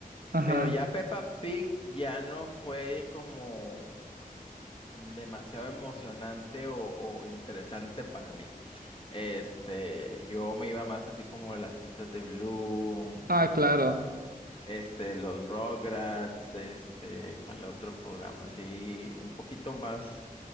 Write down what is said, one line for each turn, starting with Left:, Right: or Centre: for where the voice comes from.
Right: Ajá.
Left: pero ya Peppa Pig ya no fue como demasiado emocionante o o interesante para mí. Este, yo me iba más así como las pistas de Bloom,
Right: Ah, claro.
Left: ¿sí me entiendes? Este, los Rugrats, este, ¿cuál otro programa? Así, un poquito más,